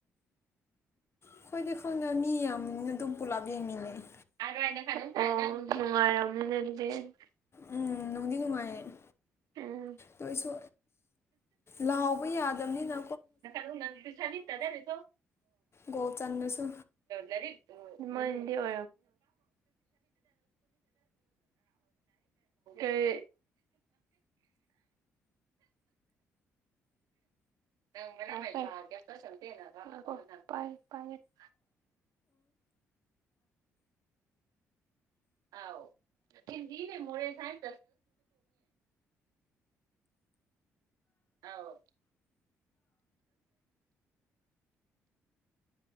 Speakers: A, on the left; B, on the right.
A: ꯑꯩꯈꯣꯏꯗꯤ ꯈꯪꯅ ꯃꯤ ꯌꯥꯝꯅ ꯑꯗꯨꯝ ꯄꯨꯂꯞ ꯌꯦꯡꯃꯤꯟꯅꯩ
B: ꯑꯣ ꯅꯨꯡꯉꯥꯏꯔꯝꯃꯤꯅꯦ
A: ꯎꯝ ꯅꯨꯡꯗꯤ ꯅꯨꯡꯉꯥꯏꯔꯦ
B: ꯎꯝ
A: ꯑꯗꯨꯣꯁꯨ ꯂꯥꯎꯕ ꯌꯥꯗꯕꯅꯤꯅ
B: ꯌꯥ ꯅꯪ ꯄ ꯆꯅꯤ ꯏꯠꯇꯔꯦꯅꯤꯁꯨꯣ
A: ꯒꯣꯜ ꯆꯟꯂꯁꯨ
B: ꯍꯔꯤ ꯏ <unintelligible> ꯑꯦ ꯪ ꯑ ꯍꯤꯟꯅꯦ ꯃꯣꯣꯔꯦꯁꯥꯏ ꯑ